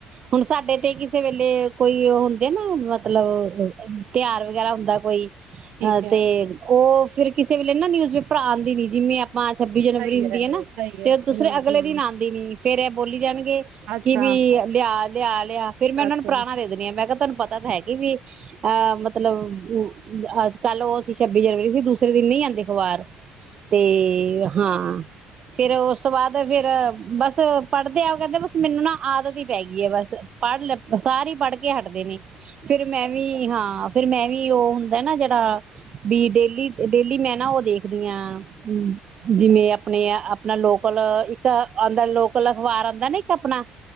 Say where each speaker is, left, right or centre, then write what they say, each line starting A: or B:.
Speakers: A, on the right; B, on the right.
A: ਹੁਣ ਸਾਡੇ ਤੇ ਕਿਸੇ ਵੇਲੇ ਕੋਈ ਤੋ ਹੁੰਦੇ ਨਾ ਮਤਲਬ ਤਿਆਰ ਵਗੈਰਾ ਹੁੰਦਾ ਕੋਈ
B: ਠੀਕ
A: ਹਾਂ
B: ਹੈ
A: ਤੇ ਉਹ ਫਿਰ ਕਿਸੇ ਵੇਲੇ ਨਾ ਨਿਊਜ਼ ਪੇਪਰਾ ਆਂਦੀ ਨੀ ਜਿਵੇਂ ਮਾ ਛੱਬੀ ਜਨਵਰੀ
B: ਸਹੀ
A: ਹੁੰਦੀ
B: ਹੈ
A: ਐ ਨਾ
B: ਸਹੀ
A: ਤੇ
B: ਹੈ
A: ਦੂਸਰੇ
B: ਹਮ
A: ਅਗਲੇ
B: ਹਮ
A: ਦਿਨ ਆਂਦੀ ਨੀ ਫਿਰ ਇਹ ਬੋਲੀ ਜਾਨ ਕੇ
B: ਅੱਛਾ
A: ਕਿ ਵੀ ਲਿਆ ਲਿਹਾਜ ਲਿਆ ਫਿਰ ਮੈਂ ਉਹਨਾਂ
B: ਅੱਛਾ
A: ਨੂੰ ਪੁਰਾਣਾ ਦੇ ਦੇਣੀ ਆ ਮੈਂ ਕਿਹਾ ਤੁਹਾਨੂੰ ਪਤਾ ਹੈ ਕਿ ਵੀ ਆ ਮਤਲਬ ਉ ਅੱਜ ਕੱਲ ਉਹ ਸੀ ਛੱਬੀ ਜਨਵਰੀ ਸੀ। ਦੂਸਰੇ ਦਿਨ ਨਹੀਂ ਆਉਂਦੇ ਵਾਰ ਤੇ ਹਾਂ ਫਿਰ ਉਸ ਤੋਂ ਬਾਅਦ ਫਿਰ ਬਸ ਪੜਦੇ ਆ, ਉਹ ਕਹਿੰਦੇ ਬਸ ਮੈਨੂੰ ਨਾ ਆਦਤ ਹੀ ਪੈ ਗਈ ਐ, ਬਸ ਪੜ ਸਾਰੀ ਪੜ ਏ ਹਟਦੇ ਨੇ ਫਿਰ ਮੈਂ ਵੀ ਹਾਂ ਆ ਫਿਰ ਮੈਂ ਵੀ ਉਹ ਹੁੰਦਾ ਨਾ ਜਿਹੜਾ ਵੀ ਡੇਲੀ, ਡੇਲੀ ਮੈਂ ਨਾ ਉਹ ਦੇਖਦੀ ਆਂ ਜਿਵੇਂ ਆਪ ਆਪਣੇ ਆਪਣਾ ਲੋਕਲ ਇੱਕ ਅਂਦਰ ਲੋਕ ਅਖਬਾਰ ਆਉਂਦਾ ਨਾ ਇੱਕ ਆਪਣਾ